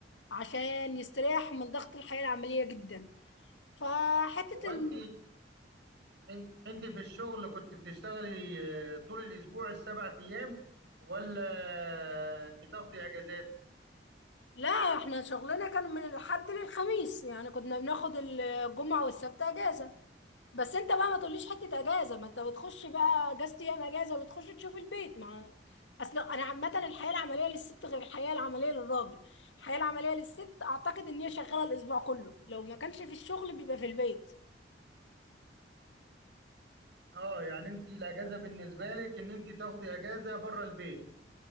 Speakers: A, on the left; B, on the right.
A: عشان يستريح من ضغط الحياة العملية جدا فحتة
B: هو انت
A: إن
B: إن- انت في الشغل كنت بتشتغلي آه، طول الاسبوع السبع ايام ولا بتاخدي اجازات
A: لا احنا شغلنا كان من الحد للخميس يعني كنا بناخد الجمعة والسبت اجازة بس انت بقى ما تقوليش حتة اجازة ما انت بتخش بقى اجازة ايام اجازة وبتخش تشوف البيت مع اصل انا عامة الحياة العملية للست غير الحياة العملية للراجل الحياة العملية للست اعتقد ان هي شغالة الاسبوع كله لو ما كانش في الشغل بيبقى في البيت
B: اه يعني انت الاجازه بالنسبه لك ان انت تاخدي اجازه بره البيت